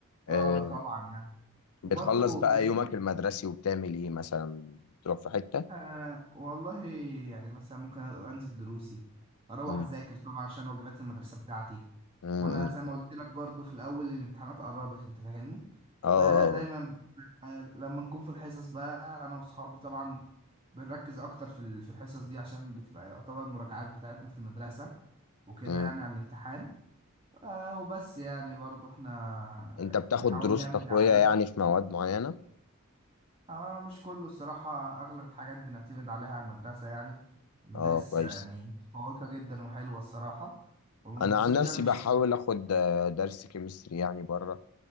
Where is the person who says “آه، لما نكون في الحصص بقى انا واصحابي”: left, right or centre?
Right